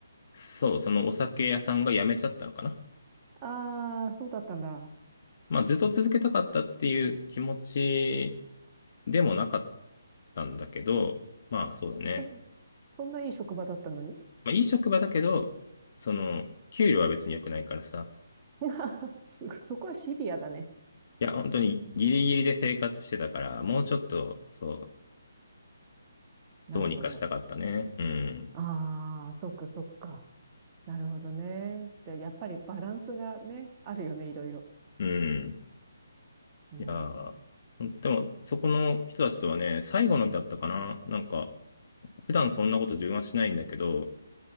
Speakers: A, on the left (about 45°); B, on the right (about 25°).
A: そう、そのお酒屋さんが辞めちゃったのかな。
B: ああ、そうだったんだ。
A: まあ、ずっと続けたかったっていう気持ちでもなかったんだけど、まあ、そうだね。
B: え、そんないい職場だったのに
A: まあ、いい職場だけど、その、給料は別に良くないからさ、
B: <laughs> すそこはシビアだね。
A: いや、本当にギリギリで生活してたから、もうちょっと、そう、
B: なるほど。
A: どうにかしたかったね。うん。
B: ああ、そっかそっか。なるほどね。で、やっぱりバランスがね、あるよね、いろいろ。
A: うん。
B: うん。
A: いやー、でも、そこの人たちとはね、最後の日だったかな。なんか、普段そんなこと自分はしないんだけど、